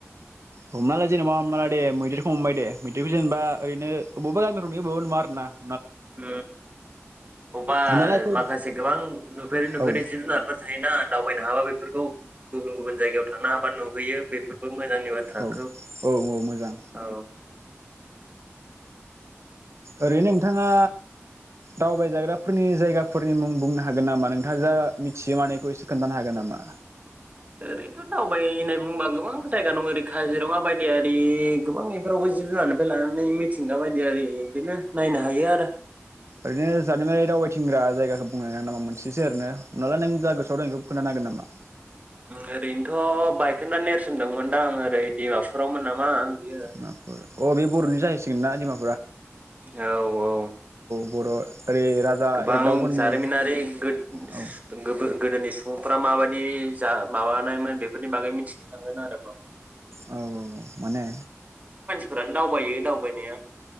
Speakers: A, on the right (about 70°); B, on the right (about 30°).
A: हमना ला जेनेबा हमनाला दे मैदेरखौ हमबाय दे मैदेरखो जेनबा ओरैनो बबबा गामो <unintelligible>
B: ओ ओ बबेबा
A: हमना ला बेखौ
B: माखासे गोबां नुफेरै नुफेरै
A: औ
B: जिब जुनारफोर थायोना दावबायनो हाबो बेफोरखौ गुबुन गुबुन जायगायाव थांनो हाबा नुहैयो बेफोरखौ मोजांनि बाथ्रा
A: औ
B: खोब
A: औ औ मोजां
B: औ
A: ओरै नोंथाङा दावबायजाग्राफोरनि जायगाफोरनि मुं बुंनो हागोन नामा नोंथाङा जा मिथियो मानखौ एसे खोन्थानो हागोन नामा
B: ओरैनोथ दावबाय होननाय बुंबा गोबां जायगा दं ओरै काजिरङा बायदि आरि गोबां बेफोरावबो जिब जुनारनिफ्राय लानानै मिथिंगा बायदि आरि बिदिनो नायनो हायो आरो
A: ओरैनो जानायमाय दावबायथिंग्रा जायगाखौ बुंनो नागा नामा मोनसेस ओरै हनला नों जा गोसोआव दं बेखौ खोनथानोागोन नामा
B: ओरैनोथ बायखोना नेरसनदोंमोनदां ओरै डिमापुरावमोन नामा बियो
A: डिमापुर अ बे बरनि जायोैसै <unintelligible>
B: औ औ
A: बर' ओरै राजा
B: गोबां
A: इरागदावफोरनि
B: जारिमिनारि गोद
A: औ
B: गोदोनि सुबुंफ्रा माबायदि जा माबानायमोन बेफोरनि बागै मिथिनो थांगोन आरोबा
A: औ औ माने
B: दाव दावबायो दावबायनाया